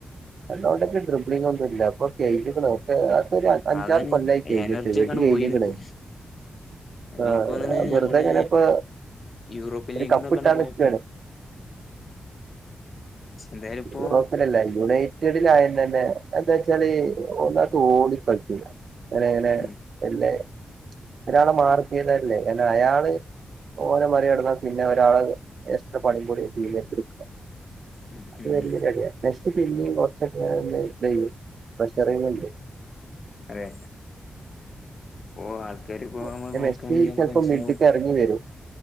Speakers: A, on the right; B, on the left.
A: റൊണാൾഡോക്ക് ഡ്രിപിളിങ് ഒന്നും ഇല്ല അപ്പൊ കഴിഞ്ഞക്കണ് ഇപ്പൊ ഒരു അഞ്ചാറ്
B: അതാണ്
A: കൊല്ലായി കഴിഞ്ഞിട്ട്
B: എനർജി
A: വെടി
B: ഒക്കെണ്ട്
A: കയിഞ്ഞ്ക്ക്‌ണ്.
B: പോയിണ് ഇപ്പൊ അത്
A: ആഹ
B: ഇൻക്ക് തോന്ന്ണ്
A: വെറുതെ
B: നമ്മള്
A: ഇങ്ങനെ ഇപ്പൊ
B: യൂറോപ്യൻ
A: ഒരു
B: ലീഗ്ന്നൊക്കെണ്ട്
A: കപ്പ്ട്ടാൻ
B: പോയപ്പളെ
A: നിക്കാണ്
B: എന്തായാലും ഇപ്പോ
A: യൂറോപ്പിലല്ല യുണൈറ്റ് കുറ്റടിയലും തന്നെ എന്താ വച്ചാല് ഒന്നാമതത്ത് ഓടികളിച്ചൂല. അനങ്ങനെ
B: ഉം
A: അല്ലെ ഒരാളെ മാർക്ക് ചെയ്തല്ലേ അയാള് ഓലെ മറി കടന്ന പിന്നെ ഒരാള് എക്സ്ട്രാ പണിയും കൂടി ടീം ഏറ്റ് എടുക്കും
B: ഉം ഉം
A: വലിയ ഒരു അടിയ നെക്സ്റ്റ് പിന്നെയും കുറച്ചക്കെ ഇങ്ങനെ ന്തേയ്യും പ്രഷറിങ്ണ്ട്
B: അതെ ഒ ആൾക്കാര്പ്പോ നമ്മൾ
A: പിന്നെ
B: നോക്കായാണെങ്കിൽ
A: മെസ്സി
B: നമുക്ക്
A: ചിലപ്പോ
B: മനസ്സിലാവും
A: മിഡ്ക്ക് ഇറങ്ങി വരും